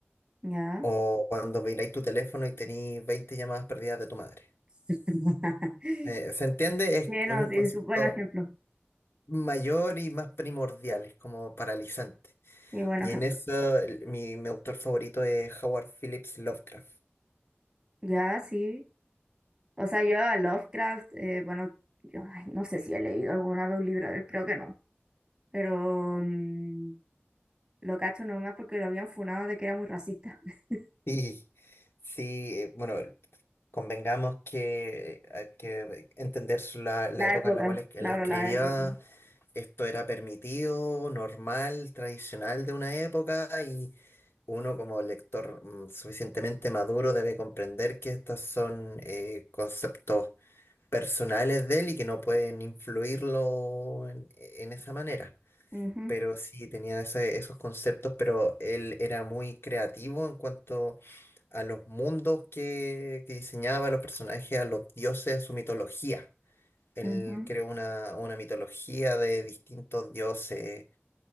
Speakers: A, on the right; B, on the left.
A: ya.
B: O cuando miráis tu teléfono y tenéis 20 llamadas perdidas de tu madre.
A: <laughs>
B: Eh, ¿se entiende? Es,
A: Sí, no,
B: es un
A: sí,
B: concepto
A: es un buen ejemplo.
B: mayor y más primordial, es como paralizante.
A: Sí, buen
B: Y
A: ejemplo.
B: en eso el- mi, mi autor favorito es Howard Phillips Lovecraft.
A: Ya, sí. O sea, yo a Lovecraft, eh, bueno, yo ay, no sé si he leído alguna vez un libro, de él, creo que no. pero mm, lo cacho nomás porque lo habían funado de que era muy racista. <laughs>
B: Y sí, eh, bueno, convengamos que, hay que entender su- la, la
A: La
B: época
A: época,
B: en la cual es- él
A: claro,
B: escribía,
A: la época.
B: esto era permitido, normal, tradicional de una época uno como lector mm, suficientemente maduro debe comprender que estos son eh, conceptos personales de él y que no pueden influirlo en, en esa manera.
A: Ujú,
B: Pero sí, tenía ese- esos conceptos, pero él era muy creativo en cuanto a los mundos que, que diseñaba, a los personajes, a los dioses, a su mitología. Él
A: ujú,
B: creó una, una mitología de distintos dioses